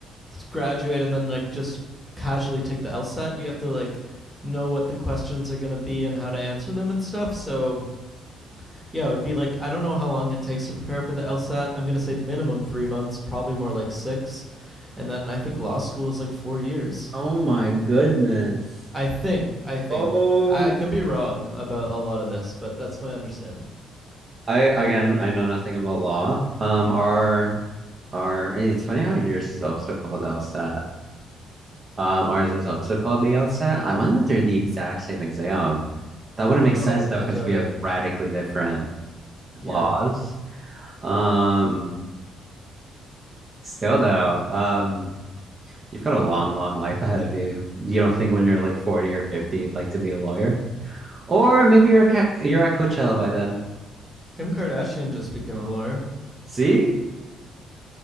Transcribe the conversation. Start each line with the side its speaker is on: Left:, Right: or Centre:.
Centre: graduate and then like just casually take the LSAT. You have to like know what the questions are going to be and how to answer them and stuff. So yeah, it would be like I don't know how long it takes to prepare for the LSAT. I'm gonna say minimum three months, probably more like six, and then I think law school is like four years.
Right: oh my goodness
Centre: I think. I think.
Right: oh
Centre: I, I could be wrong about a lot of this, but that's my understanding.
Right: i again i know nothing about law um our our it's funny how yours is also called LSAT Um, ours is also called the LSAT. I wonder if they're the exact same exam. That wouldn't
Centre: No,
Right: make Yeah. sense though,
Centre: I
Right: because
Centre: doubt
Right: we have
Centre: it.
Right: radically different Yeah.
Centre: Yeah,
Right: laws. Um, still though, um, you've got a long, long life ahead of you. You don't think when you're like 40 or 50 you'd like to be a lawyer? Or maybe you're a ca you're at Coachella by then.
Centre: Kim Kardashian just became a lawyer,
Right: See?